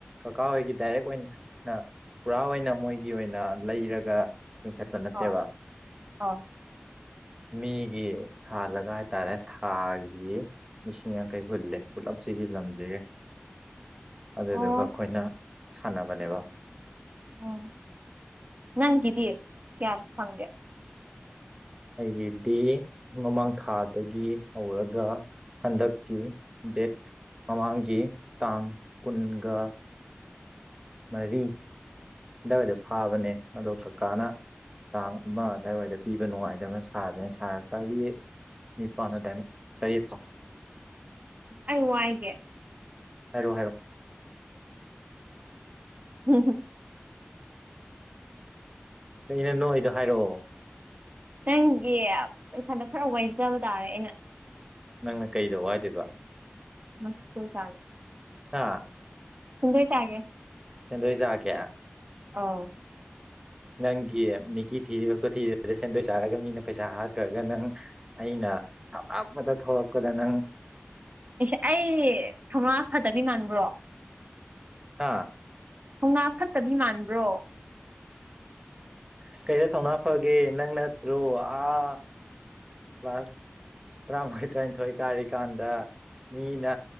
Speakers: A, on the right; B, on the right.
A: ꯀꯀꯥ ꯍꯣꯏꯒꯤ ꯗꯥꯏꯔꯦꯛ ꯑꯣꯏꯅꯥ ꯄꯨꯔꯥ ꯑꯣꯏꯅ ꯃꯣꯏꯒꯤ ꯑꯣꯏꯅ ꯂꯩꯔꯒ ꯂꯤꯡꯈꯠꯄ ꯅꯠꯇꯦꯕ
B: ꯑꯥ ꯑꯥ
A: ꯃꯤꯒꯤ ꯁꯥꯜꯂꯒ ꯍꯥꯏꯇꯥꯔꯦ ꯊꯥꯒꯤ ꯂꯤꯁꯤꯡ ꯌꯥꯡꯈꯩ ꯍꯨꯜꯂꯦ ꯄꯨꯂꯞꯁꯤꯒꯤ ꯂꯝꯁꯤꯒꯦ ꯑꯗꯨꯗꯨꯒ
B: ꯑꯣ
A: ꯑꯩꯈꯣꯏꯅ ꯁꯥꯟꯅꯕꯅꯦꯕ
B: ꯎꯝ ꯅꯪ ꯒꯤꯗꯤ ꯀꯌꯥ ꯐꯪꯒꯦ
A: ꯑꯩꯒꯤ ꯗꯤ ꯃꯃꯥꯡ ꯊꯥꯗꯒꯤ ꯍꯧꯔꯒ ꯍꯟꯗꯛꯀꯤ ꯗꯦꯠ ꯃꯃꯥꯡꯒꯤ ꯇꯥꯡ ꯀꯨꯟꯒ ꯃꯔꯤ ꯑꯗꯨꯋꯥꯏꯗ ꯐꯥꯕꯅꯦ ꯑꯗꯣ ꯀꯀꯥꯅ ꯇꯥꯡ ꯑꯃ ꯑꯗꯥꯏꯋꯥꯏꯗ ꯄꯤꯕ ꯅꯨꯡꯉꯥꯏꯅꯥꯕ ꯁꯥꯒꯦꯅ ꯁꯥꯔ ꯇꯥꯔꯦꯠ ꯅꯤꯄꯥꯥꯟꯅ ꯑꯗꯥꯏ ꯃꯨꯛ ꯇꯔꯦꯠ ꯐꯥꯎ
B: ꯑꯩ ꯋꯥꯏꯒꯦ
A: ꯍꯥꯏꯔꯣ ꯍꯥꯏꯔꯣ
B: ꯎꯝꯝ
A: ꯅꯩꯅ ꯅꯣꯏ ꯑꯩꯗꯣ ꯍꯥꯏꯔꯛꯑꯣ
B: ꯅꯪꯒꯤ ꯄꯩꯁꯥꯗ ꯈꯔ ꯋꯥꯏꯖꯕ ꯇꯥꯔꯦ ꯑꯩꯅ
A: ꯅꯪꯅ ꯀꯩꯗ ꯋꯥꯗꯦꯕ
B: ꯃꯁ ꯀꯜ ꯆꯒ
A: ꯑꯥ
B: ꯁꯤꯗ ꯆꯥꯒꯦ
A: ꯆꯗꯣꯏꯁꯥ ꯀꯌꯥ
B: ꯑꯥꯎ
A: ꯅꯪꯒꯤ ꯃꯤꯀꯤ ꯊꯤꯣꯊꯤꯗ ꯁꯦꯟꯗꯣꯏ ꯆꯥꯔꯒ ꯃꯤꯅ ꯄꯩꯁꯥ ꯍꯥꯠꯈ꯭ꯔꯒ ꯅꯪ ꯑ ꯑꯩꯅ ꯑꯔꯞꯄꯗ ꯊꯧꯔꯛꯄꯗ ꯅꯪ
B: ꯑꯩꯁ ꯑꯩ ꯊꯧꯥ ꯐꯗꯕꯤ ꯃꯥꯟꯕ꯭ꯔꯣ
A: ꯍꯥꯥ
B: ꯍ ꯉꯥ ꯐꯠꯇꯕꯤ ꯃꯥꯟꯕ꯭ꯔꯣ
A: ꯁ ꯀꯩꯗ ꯊꯧꯅꯥ ꯐꯒꯦ ꯅꯪ ꯅꯠꯇ꯭ꯔꯣ ꯑꯥ ꯀ꯭ꯂꯥꯁ ꯇꯔꯥꯃꯉꯥꯏ ꯇꯔꯥꯅꯤꯊꯣꯏ ꯀꯥꯔꯤꯀꯥꯟꯗ ꯃꯤꯅ